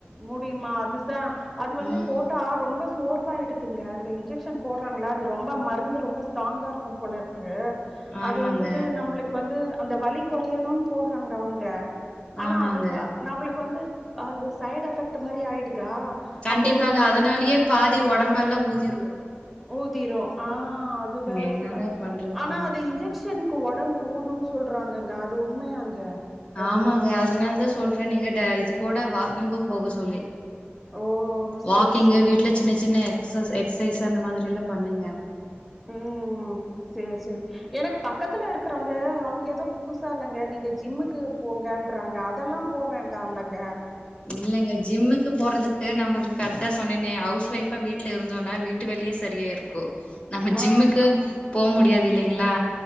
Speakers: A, in the centre; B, on the left.
A: முடியுமா அதுதா அது வந்து
B: ம்.
A: போட்டா ரொம்ப ஸ் சோர்வாய்டுதுங்க இந்த இன்ஜெக்ஷன் போடுறாங்களா அது ரொம்ப மருந்து ரொம்ப ஸ்ட்ராங்கா இருக்கும் போலருக் து
B: ஆமாங்க,
A: அது வந்துட்டு நம்பளுக்கு வந்து அந்த வலி கொறயனோன்னு போடுறாங்க அவங்க ஆனா
B: ஆமாங்க.
A: அது வ நம்மளுக்கு வந்து அது சைடு் எஃபெக்ட் மாரி ஆயிடுதா
B: கண்டிப்பாங்க
A: அப்போ ஒரு
B: அதனாலியே பாதி ஒடம்பெல்லா ஊதிரு
A: ஊதிரோ ஆ அது வேற
B: என்னதான்
A: சொன்னா
B: பண்றது
A: ஆனா
B: போங்க.
A: அது இன்ஜெக்ஷன் க்கு ஒடம்பு ஊதூன் சொல்றாங்கங்க அது உண்மையாங்க அது
B: ஆமாங்க அதனால தா சொல்றே நீங்க ட இது கூட வாக்கிங்கு போக சொல்லி
A: ஓ செரி
B: வாக்கிங்கு
A: செரி
B: வீட்ல சின்ன சின்ன எக்ஸசு எக்சைஸ் அந்த மாதிரில்லா பண்ணுங்க
A: ம் ஆ செரி செரி எனக்கு பக்கத்துல இருக்கறவங்க அவங்க எதோ புதுசா இல்லங்க நீங்க ஜிம்முக்கு போங்கன்றாங்க அதெல்லாம் போ வேண்டா அல்லங்க
B: இல்லைங்க ஜிம்முக் து போறதுக்கு நம்மக்கு கரெக்டா சொன்னேனே ஹவுஸ் ஒய்ஃபா வீட்ல இருந்தோனா வீட்டு வேலயே சரியா இருக்கூ நம்ம
A: ஆ
B: ஜிம்முக்கு போ முடியாது இல்லைங்களா